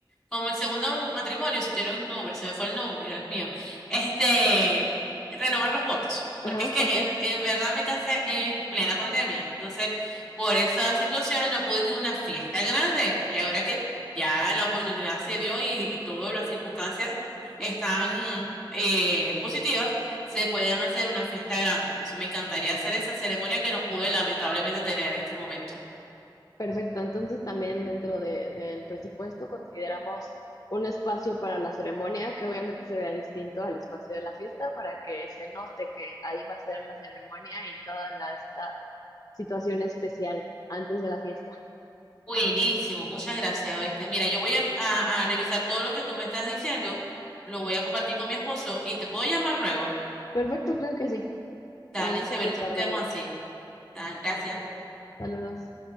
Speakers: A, in the centre; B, on the left.
A: como el segundo matrimonio, se tiene un nombre, se me fue el nombre, Dios mío, este, renovar los votos,
B: Ajá,
A: porque es que
B: ok.
A: en, en verdad me casé en plena pandemia, entonces por esa situación no pude tener una fiesta grande y ahora que ya la oportunidad se dio y, y todas las circunstancias están eh, positivas, se pueden hacer una fiesta grande, entonces me encantaría hacer esa ceremonia que no pude lamentablemente tener en ese momento.
B: Perfecto. Entonces también dentro de- del presupuesto consideramos un espacio para la ceremonia que obviamente se vea distinto al espacio de la fiesta para que se note que ahí va a ser la ceremonia y toda la, esta situación especial antes de la fiesta.
A: Buenísimo, muchas gracias, ¿viste? Mira, yo voy a, a- a revisar todo lo que tú me estás diciendo, lo voy a compartir con mi esposo y te puedo llamar luego.
B: Perfecto, claro que sí.
A: Dale,
B: Quedamos
A: chévere,
B: a tus
A: entonces
B: órdenes.
A: quedamos así. Dale, gracias.
B: Saludos.